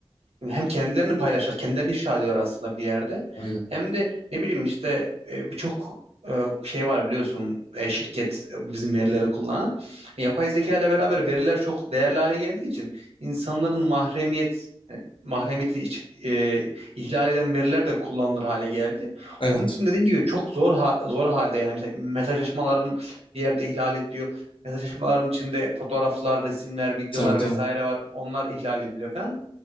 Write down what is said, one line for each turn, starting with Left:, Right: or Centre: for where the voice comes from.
Right: hem kendilerini paylaşır, kendilerini ifşa ediyor aslında bir yerde.
Left: Aynen.
Right: Hem de ne bileyim işte e, birçok e, şey var biliyorsun e, şirket e, bizim verileri kullanan. E, Yapay zeka ile beraber veriler çok değerli hale geldiği için insanların mahremiyet yani mahremiyeti iç- e, ihlal eden veriler de kullanılır hale geldi.
Left: Evet.
Right: Onun için dediğim gibi çok zor ha- zor halde yani mesela mesajlaşmaların bir yerde ihlal ediyor. Mesajlaşmaların içinde fotoğraflar, resimler, videolar
Left: Tabii tabii.
Right: vesaire var. Onlar ihlal ediliyor falan.